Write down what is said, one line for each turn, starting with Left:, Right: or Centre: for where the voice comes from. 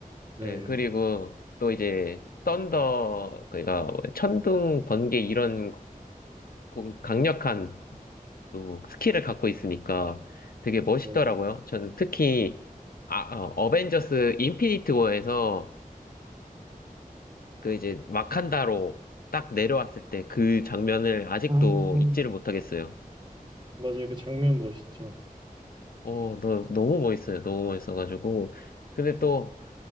Right: 네,
Left: 예, 그리고 또 이제, 썬더, 그니까, 뭐 천둥, 번개 이런 공- 강력한 또 스킬을 갖고 있으니까 되게 멋있더라고요.
Right: 네, 네.
Left: 저는 특히, 아, 어, 어벤져스 인피니트 워에서 그 이제 마칸다로 딱 내려왔을 때 그 장면을 아직도
Right: 아,
Left: 잊지를 못하겠어요.
Right: 맞아요. 그 장면 멋있죠.
Left: 어, 너, 너무 멋있어요. 너무 멋있어가지고. 근데 또